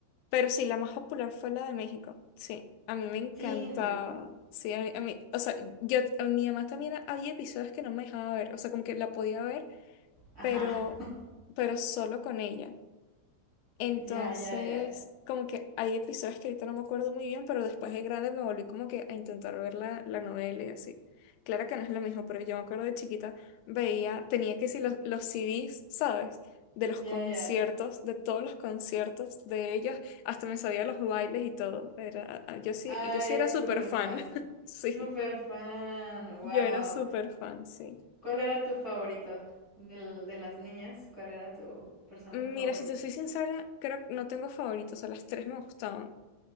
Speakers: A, on the left (about 85°); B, on the right (about 80°).
A: Pero sí, la más popular fue la de México. Sí, a mí me encantaba.
B: Sí, ¿no?
A: Sí, a mí, a mí- o sea, yo, a mi mamá también había episodios que no me dejaba ver. O sea, como que la podía ver,
B: Ajá.
A: pero,
B: <laughs>
A: pero solo con ella. Entonces,
B: Ya, ya, ya.
A: como que hay episodios que ahorita no me acuerdo muy bien, pero después de grande me volví como que a intentar ver la, la novela y así. Claro que no es lo mismo, pero yo me acuerdo de chiquita, veía, tenía que si los, los CDs, ¿sabes? De los
B: Ya,
A: conciertos,
B: ya.
A: de todos los conciertos de ellos, hasta me sabía los bailes y todo. Era, a- yo sí,
B: Ay,
A: yo sí era súper
B: súper
A: fan,
B: fan.
A: <laughs> sí,
B: Súper fan. Wow.
A: yo era súper fan, sí.
B: ¿Cuál era tu favorito del- de las niñas? ¿Cuál era tu personaje
A: Mira,
B: favorito?
A: si te soy sincera, creo que no tengo favoritos, a las tres me gustaban.